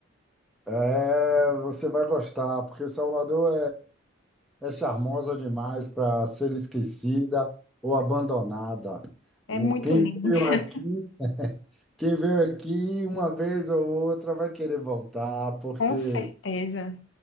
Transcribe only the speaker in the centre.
É, você vai gostar, porque Salvador é, é charmosa demais para ser esquecida ou abandonada.
O-
Quem
veio
aqui, quem veio aqui uma vez ou outra vai querer voltar, porque